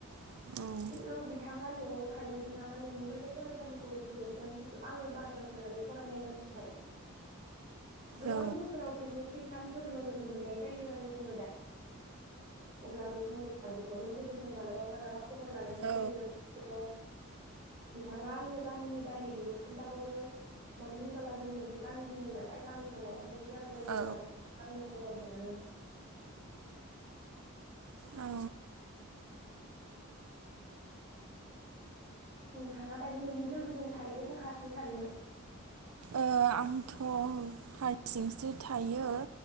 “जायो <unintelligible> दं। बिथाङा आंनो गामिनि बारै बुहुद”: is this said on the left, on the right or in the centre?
Right